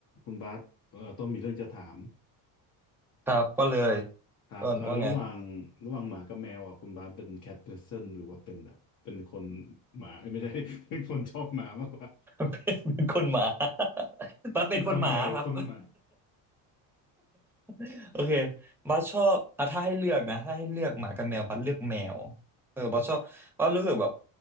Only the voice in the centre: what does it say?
ครับก็เลย
ต้นว่าไง
<laughs> เป็นคนหมา <laughs> ตัดเป็นคนหมาครับ
<laughs> โอเคบัสชอบอ่ะถ้าให้เลือกนะถ้าให้เลือกหมากับแมวบัสเลือกแมวเออบัสชอบบัสรู้สึกแบบ